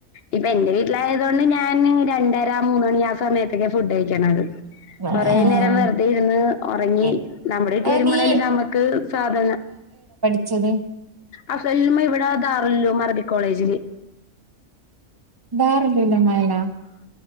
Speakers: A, on the left; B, on the right.
A: ഇപ്പൊ എന്റെ വീട്ടിലായത് കൊണ്ട് ഞാൻ രണ്ടര മൂന്ന് ആ സമയത്തൊക്കെ ഫുഡ് കഴിക്കണത്
B: ആഹ്
A: കൊറെ നേരം വെറുതെ ഇരുന്ന് ഉറങ്ങി
B: ഇ-
A: നമ്മുടെ വീട്ടിൽ
B: അപ്പൊ
A: വരുമ്പോളല്ലെ
B: നീ
A: നമുക്ക് സ്വാത
B: ച്ചത്
A: അഫ്‌ലുല്ലമ ഇവിടെ ദാറുൽ ലും അറബിക്ക് കോളേജില്
B: ദാറുൽ <unintelligible>